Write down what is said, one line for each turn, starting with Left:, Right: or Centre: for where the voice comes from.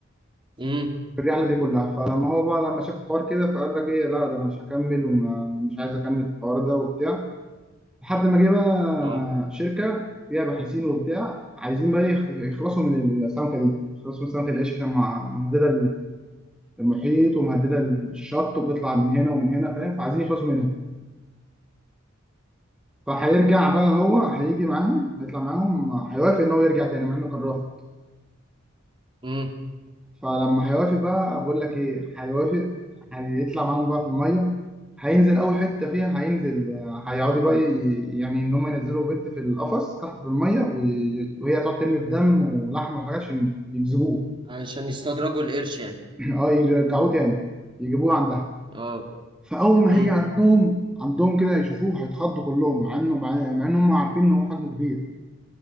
Right: امم
Centre: في الرحله دي كلها فلما هو بقى لما شاف الحوار كده فقال لك ايه لا ده انا مش هكمل ومش عايز اكمل في الحوار ده وبتاع لحد ما جه بقى
Right: اه
Centre: شركه فيها باحثين وبتاع عايزين بقى يخ- يخلصوا من السمكه دي يخلصوا من سمكه القش عشان مع- مهدده المحيط ومهدده الشط وبتطلع من هنا ومن هنا فاهم فعايزين يخلصوا منها فهيرجع بقى هو هيجي معاهم هيطلع معاهم هيوافق ان هو يرجع تاني مع انه كان رافض
Right: امم
Centre: فلما هيوافق بقى بقول لك ايه هيوافق هيطلع معاهم بقى في الميه هينزل اول حته فيها هينزل آه، هيقعدوا بقى ي- يعني ان هم ينزلوا بنت في القفص تحت في الميه وي- وهي تقعد ترمي بدم ولحم وحاجات عشان يجذبوه
Right: علشان يستدرجوا القرش يعني
Centre: <clears throat> اه يرجعوه تاني يجيبوه عندها
Right: اه
Centre: فاول ما
Right: امم
Centre: هيجي عندهم عندهم كده يشوفوه هيتخضوا كلهم مع انه مع مع انهم عارفين ان هو حجمه كبير